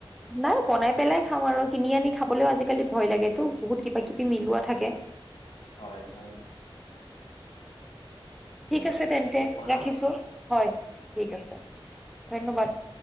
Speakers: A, in the centre; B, on the left.
A: নাই বনাই পেলাই খাও আৰু কিনি আনি খাবলৈও আজিকালি ভয় লাগেটো, বহুত কিবা-কিবি মিলোৱা থাকে।
B: হয়, হয়।
A: ঠিক
B: দিয়ক
A: আছে তেন্তে
B: পিছে প্ৰণৱ
A: ৰাখিছো হয় ঠিক আছে, ধন্যবাদ।